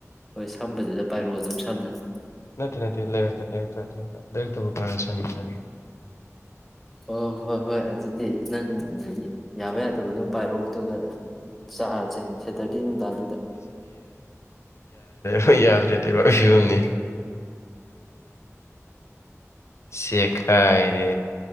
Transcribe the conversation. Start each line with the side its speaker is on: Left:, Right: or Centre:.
Centre: ꯍꯣꯏ ꯁꯝꯕꯗꯨꯗ ꯄꯥꯏꯔꯛꯑꯣ ꯑꯗꯨꯝ ꯁꯝꯅ
Left: ꯅꯠꯇꯦ ꯅꯠꯇꯦ ꯂꯩꯔꯛꯇ ꯂꯩꯔꯛꯇꯛꯇ ꯂꯩꯔꯛꯇꯕꯨ ꯀꯔꯥꯅ ꯁꯪꯉꯕꯒꯦ
Centre: ꯑꯣ ꯍꯣꯏ ꯍꯣꯏ ꯑꯗꯨꯗꯤ ꯅꯪ ꯌꯥꯕ ꯌꯥꯗꯕ ꯑꯗꯨꯝ ꯄꯥꯏꯔꯛꯑꯣ ꯑꯗꯨꯒ ꯆꯥꯔꯁꯦ ꯁꯦꯇꯔꯗꯦ ꯅꯨꯡꯗꯥꯡꯗꯨꯗ
Left: ꯍꯣꯏ ꯌꯥꯗ꯭ꯔꯦꯗꯤꯕ ꯑꯩꯁꯨꯅꯤ ꯁꯦꯈꯥꯏ ꯔꯦ